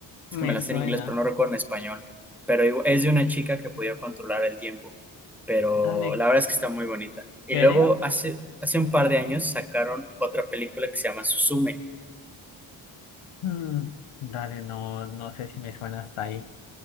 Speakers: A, in the centre; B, on the left (about 75°).
A: Es que
B: me
A: me la
B: suena.
A: sé en inglés, pero no recuerdo en español. Pero igu- es de una chica que podía controlar el tiempo pero
B: Dale,
A: la verdad es que está muy bonita. Y
B: creo
A: luego hace, hace un
B: que me
A: par
B: la
A: de años
B: vi.
A: sacaron otra película que se llama Suzume.
B: Hmm, dale, no, no sé si me suena hasta ahí.